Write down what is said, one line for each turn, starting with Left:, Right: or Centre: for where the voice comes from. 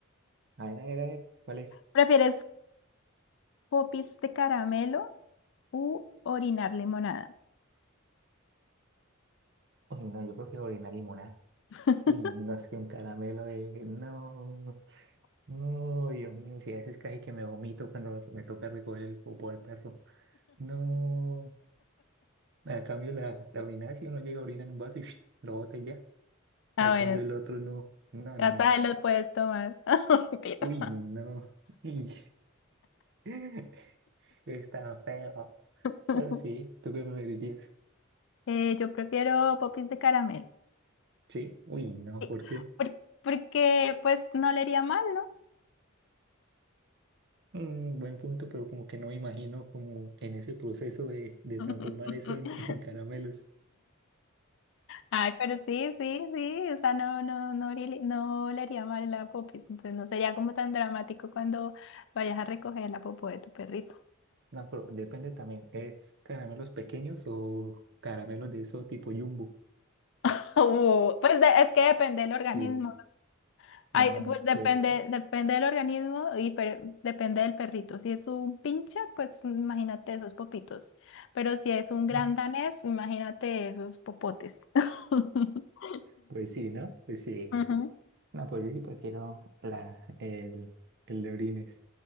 Right: A ver, a ver, a ver. ¿Cuál es?
Left: ¿prefieres popis de caramelo u orinar limonada?
Right: Uy, no, yo prefiero orinar limonada.
Left: <laughs>
Right: Uy, no es que un caramelo de... No, no, Dios mío, si a veces casi que me vomito cuando me toca recoger el popo al perro. No, a cambio la, la orina, si uno llega a orinar en un vaso y <laughs> ¡sh! lo bota y ya.
Left: Ah,
Right: A
Left: bueno,
Right: cambio el otro no, no,
Left: ya
Right: no, no.
Left: sabes, los puedes tomar. <laughs> Mentira.
Right: Uy, no. Uy. <laughs> Está feo.
Left: <laughs>
Right: Pero sí, ¿tú qué preferirías?
Left: Eh, yo prefiero popis de caramelo.
Right: Sí, uy, no,
Left: Sí,
Right: ¿por qué?
Left: por- porque pues no le haría mal, ¿no?
Right: Mm, buen punto, pero como que no me imagino como en ese proceso de, de
Left: <laughs>
Right: transformar eso en, <laughs> en caramelos.
Left: Ay, pero sí, sí, sí, o sea, no, no, no, haría- no le haría mal la popis, entonces no sería como tan dramático cuando vayas a recoger la popó de tu perrito.
Right: No, pero depende también. ¿Es caramelos pequeños o caramelos de eso tipo jumbo?
Left: <laughs> O, pues de- es que depende del organismo.
Right: Sí,
Left: Ay,
Right: no,
Left: pues depende,
Right: pues,
Left: depende del organismo y per- depende del perrito. Si es un pincha, pues imagínate esos popitos. Pero si es un gran
Right: <laughs>
Left: danés, imagínate esos popotes. <laughs>
Right: pues sí, ¿no? Pues sí,
Left: Ujú.
Right: sí. No, pues yo sí prefiero la, el, el de orines.